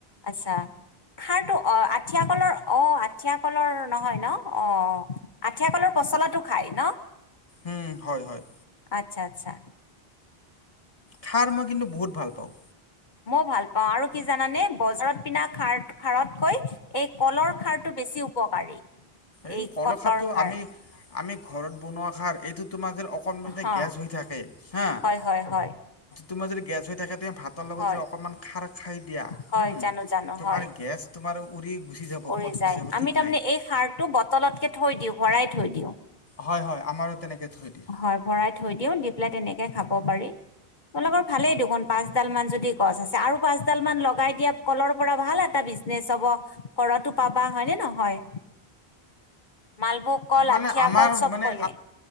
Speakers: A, on the left (about 50°); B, on the left (about 35°).
A: আচ্ছা। খাৰটো অ আঠিয়া কলৰ অ আঠিয়া কলৰ নহয় ন? অ আঠিয় কলৰ পচলাটো খাই ন?
B: উম হয় হয়।
A: আচ্ছা আচ্ছা।
B: খাৰ মই কিন্তু বহুত ভাল পাওঁ।
A: মই ভাল পাওঁ আৰু কি জানানে বজাৰত পিনা খাৰ খাৰতকৈ, এই কলৰ খাৰটো বে বেছি উপকাৰী।
B: এই কলখাৰটো
A: কলৰ খাৰ
B: আমি আমি ঘৰত বনোৱা এইটো তোমাৰ যদি অকণমান
A: হা
B: গেছ হৈ থাকে হা?
A: হয় হয় হয়
B: তোমাৰ যদি গেছ হৈ থাকে তেতিয়া তুমি ভাতৰ লগত
A: হয়
B: অকমান খাৰ খাই দিয়া
A: হয়
B: হ'ম,
A: জানো জানো
B: তোমাৰ
A: হয়
B: গেছ তোমাৰ উৰি গুচি যাব
A: উৰি
B: ক'ত
A: যায়
B: গুচি যাব
A: আমি
B: ঠিক
A: তাৰমানে
B: নাই
A: এই সাৰটো বটলতকে থৈ দিওঁ ভৰাই থৈ দিওঁ।
B: হয় হয় আমাৰো তেনেকৈ থৈ দিয়ে
A: হয় ভৰাই থৈ দিওঁ, দি পেলাই তেনেকে খাব পাৰি। তোলোকৰ ভালেই দেখোন পাচডাল মান যদি গছ আছে, আৰু পাচডাল মান লগাই দিয়া কলৰ পৰা ভাল এটা বিজনেচ হব, কৰটো পাবা হয় নে নহয়? মালভোগ কল,
B: মানে
A: আঠিয়া
B: আমাৰ
A: কল চব
B: মানে
A: কলে।